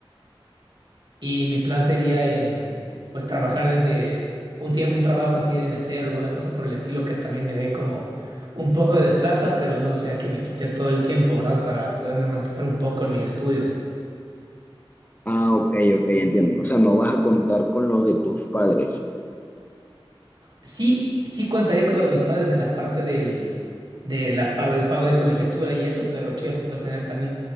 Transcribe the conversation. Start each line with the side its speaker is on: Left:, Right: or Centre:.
Right: y mi plan sería em, pues trabajar desde un tiempo, un trabajo así de mesero, alguna cosa por el estilo que también me dé como un poco de plata, pero no sea que me quite todo el tiempo, ¿verdad? Para poderme mantener un poco en mis estudios.
Left: Ah, ok, ok, entiendo. O sea, no vas a contar con los de tus padres.
Right: Sí, sí contaría con lo de mis padres en la parte del, de la pago, del pago de colegiatura y eso, pero quiero tener también